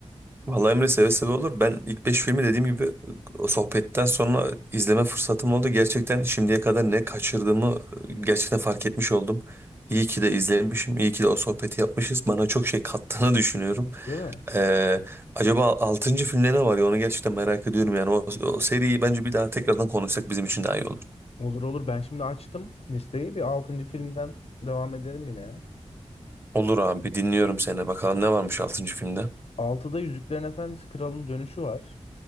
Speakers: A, on the right; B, on the left.
A: Vallahi Emre seve seve olur. Ben ilk 5 filmi dediğim gibi o sohbetten sonra izleme fırsatım oldu. Gerçekten şimdiye kadar ne kaçırdığımı gerçekten fark etmiş oldum. İyi ki de izlemişim. İyi ki de o sohbeti yapmışız. Bana çok şey kattığını <laughs> düşünüyorum.
B: Değil mi?
A: Ee, acaba altıncı filmde ne var ya onu gerçekten merak ediyorum. Yani o, o seriyi bence bir daha tekrardan konuşsak bizim için daha iyi olur.
B: Olur olur. Ben şimdi açtım listeyi. Bir altıncı filmden devam edelim yine ya.
A: Olur abi dinliyorum seni. Bakalım ne varmış altıncı filmde.
B: Altıda Yüzüklerin Efendisi Kral'ın dönüşü var.